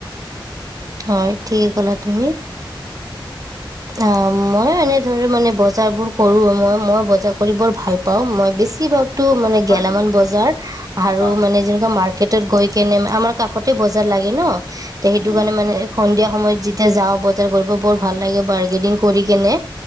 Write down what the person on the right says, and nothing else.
হয় ঠিকে ক'লা তুমি। অ মই এনে ধৰে মানে বজাৰ বোৰ কৰো মই মই বজাৰ কৰি বৰ ভাল পাওঁ, মই বেছিভাগ টো মানে
গেলামান
বজাৰ আৰু
মানে যেনেকোৱা মা গৈ কিনে আমাৰ কাষত তোই বজাৰ লাগে ন? তে সেইটো
কাৰণে মানে সন্ধিয়া সময়ত যেতিয়া যাওঁ, বজাৰ কৰিব বৰ ভাল লাগে। বাৰ্গেনিং কৰি কেনে।